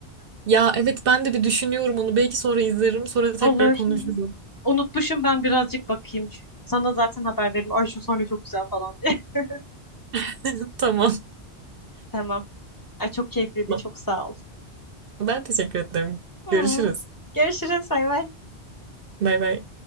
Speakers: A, on the right; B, on the left.
A: Ya evet ben de bir düşünüyorum onu. Belki sonra izlerim.
B: <laughs>
A: Sonra tekrar
B: Olur.
A: konuşuruz.
B: Hı hı. Unutmuşum ben birazcık bakayım çünkü. Sana zaten haber veririm. Ay şu sahne çok güzel falan diye. <laughs>
A: <laughs> Tamam.
B: Tamam. Ay çok keyifliydi.
A: Tamam.
B: Çok sağ ol.
A: Ben teşekkür ederim.
B: Hı.
A: Görüşürüz.
B: Görüşürüz. Bay bay.
A: Bay bay.